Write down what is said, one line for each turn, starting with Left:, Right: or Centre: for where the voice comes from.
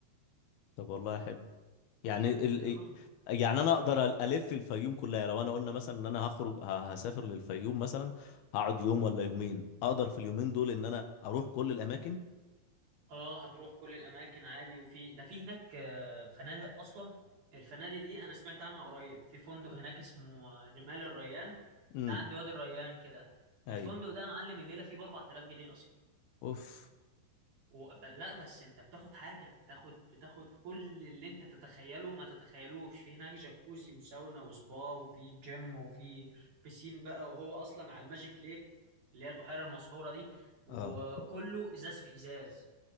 Left: طب والله حلو يعني ال...
Right: آه.
Left: يعني انا اقدر الف الفيوم كلها لو انا قلنا مثلا ان انا هخرج ه- هسافر للفيوم مثلا هقعد يوم ولا يومين اقدر في اليومين دول ان انا اروح كل الاماكن
Right: اه هتروح كل الاماكن عادي وفي ده في هناك آه، فنادق اصلا الفنادق دي انا سمعت عنها قريب في فندق هناك اسمه آه، رمال الريان
Left: امم
Right: ده عند وادي الريان كده
Left: اي
Right: الفندق ده يا معلم الليله فيه ب 4000 جنيه اصلا
Left: اوف
Right: و... ب- لا بس انت بتاخد حاجه بتاخد بتاخد كل اللي انت تتخيله ما تتخيلوش في هناك جاكوزي وساونا وسبا وفي جيم وفي بيسين بقى وهو اصلا على الماجيك ليك اللي هي البحيره المسحوره دي وكله
Left: اه
Right: ازاز في ازاز